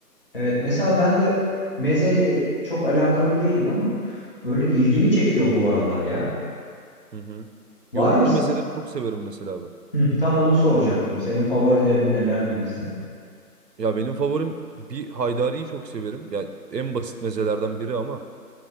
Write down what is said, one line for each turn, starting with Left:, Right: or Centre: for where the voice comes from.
Left: Evet mesela ben de mezeyle çok alakalı değilim ama böyle ilgimi çekiyor bu aralar ya.
Right: Hı hı.
Left: Var
Right: Yoğurtlu
Left: mı?
Right: mezeleri çok severim mesela ben.
Left: Hı, tam onu soracaktım. Senin favorilerin neler gibisine.
Right: Ya benim favorim bir haydariyi çok severim. Ya en basit mezelerden biri ama